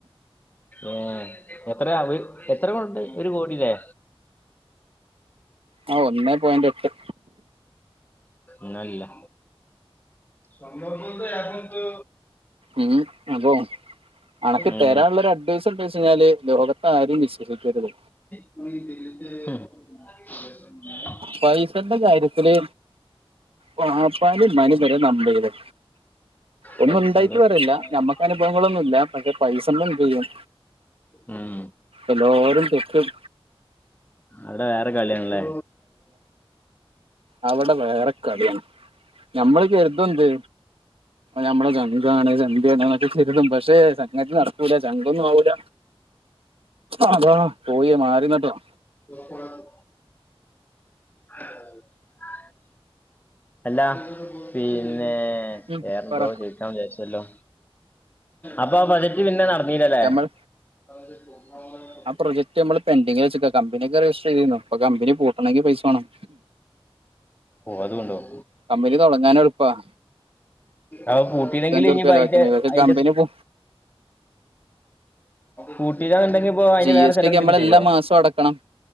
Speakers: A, on the left; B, on the right.
A: ഏഹ് എത്രവ് എത്രക്കൊണ്ട് ഒരു കോടില്ലെ
B: ആഹ് ഒന്നേ പോയന്റ് എട്ട്
A: ന്നല്ല സഭവ കൊണ്ട് അയ് മുപ്
B: ഉം അതോ അണക്ക്
A: ഉം
B: തരാള്ളരു അഡ്വൈസ് <unintelligible> ന്നാല് ലോകത്ത് ആരേം വിശ്വസിക്കരുത്
A: ഉം
B: പൈസന്റെ കാര്യത്തില് വാപ്പനീം മ്മനീം വരെ നമ്പര്ത്. ഒന്നുണ്ടായിട്ട്
A: പൈസന്റെ
B: പറല്ല നമ്മക്ക് അനുഭവങ്ങളൊന്നു ല്ല പഷേ പൈസമ്മേ എന്ത് യ്യും
A: ഉം
B: എല്ലാരും തെക്കും
A: അടെ വേറെ കളിയണല്ലേ
B: അവ്ടെ വേറെ കളിണ് ഞമ്മള് കര്തു ന്ത് നമ്മളെ ജഗാണ് ചന്ത്‌യാണ്ക്കെ <unintelligible> പക്ഷേ സംതി നടക്കൂല ചങ്കൊന്നും ആവൂല അതാ പോയിയ മാറിന്നട്ടെ-
A: ഉ <inaudible> <inaudible> അല്ലാ പിന്നേ
B: ഉം
A: വേറെന്തോ
B: പറ
A: ചോ- വിചാരിച്ചോല്ലാ അപ്പൊ ആ ബജറ്റ് പിന്നെ നടന്നീലല്ലേ-
B: നമ്മൾ
A: <inaudible>
B: ആ പ്രൊജക്ട് മ്മള് പെന്റിങ്ങില് വെച്ചേക്ക കമ്പനിക്കെ രജിസ്റ്റർ ചെയ്തീന്നു ഇപ്പ കമ്പനി പൂട്ടണെങ്കി പൈസ വേണം.
A: ഓ അതൂണ്ടോ-
B: കമ്പനി തൊടങ്ങാനെളുപ്പാ-
A: അപ്പോ പൂട്ടില്ലെങ്കില്
B: ഉറുപ്യ
A: ഇനിപ്പോ
B: ചെലവാക്കിയാ
A: അയ്ന്റെ
B: മതി പക്ഷെ
A: അയ്ന്റെ-
B: കമ്പനി പോ
A: പൂട്ടിടാണ്ട- ഇനിപ്പോ അയ്ന്
B: ജി
A: വേറെ
B: എസ്
A: സലന്തെലും
B: ടി ഒക്കെ നമ്മള്
A: തരുവോ?
B: എല്ലാ മാസവും അടക്കണം